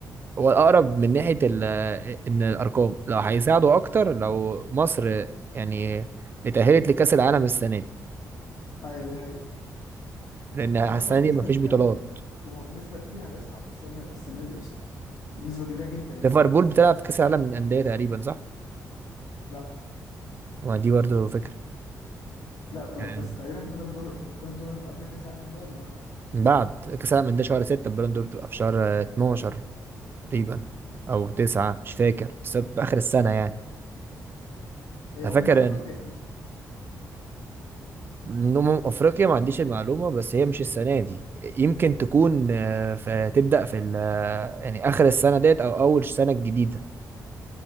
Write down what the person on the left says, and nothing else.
ايوه دي حقيقه
خلي بالك هو
بنسبه
كبيره
وهو بنسبه كبيره هيصعد السنه السنه دي اصلا بنسبه كبيره جدا يعني
لا
لا ب-
بس تقريبا بالون دور البالون دور هتبقى قبل كاس العالم للانديه ولا بعد
هي
امم
افريقيا
امتى